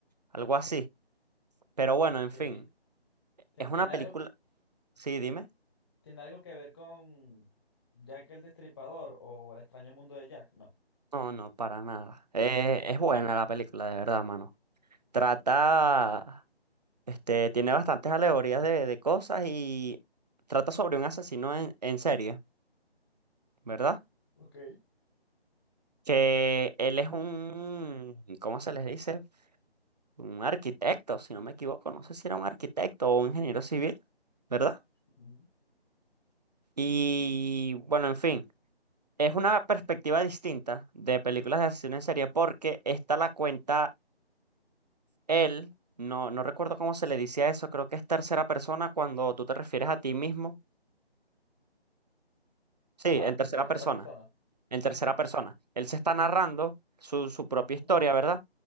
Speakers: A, on the right; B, on the left.
A: algo así. Pero bueno,
B: Ok.
A: en fin,
B: Tie-
A: es
B: ¿Tiene
A: una película.
B: algo que,
A: Sí, dime.
B: tiene algo que ver con Jack el Destripador o el extraño mundo de Jack? No.
A: No, no, para nada. Eh,
B: Ok.
A: es buena la película, de verdad, mano. Trata,
B: Ujú,
A: este, tiene bastantes alegorías de, de cosas y trata sobre un asesino en, en serie, ¿verdad?
B: Ok.
A: Que él es un, ¿cómo se les dice? Un arquitecto, si no me equivoco. No sé si era un arquitecto o un ingeniero civil, ¿verdad?
B: Ujú.
A: Y bueno, en fin, es una perspectiva distinta de películas de asesino en serie porque esta la cuenta Él, no, no recuerdo cómo se le dice a eso, creo que es tercera persona cuando tú te refieres a ti mismo. Sí,
B: Ajá,
A: en tercera
B: en tercera
A: persona,
B: persona.
A: en tercera
B: Sí, sí.
A: persona. Él se está narrando su, su propia
B: Ujú.
A: historia, ¿verdad?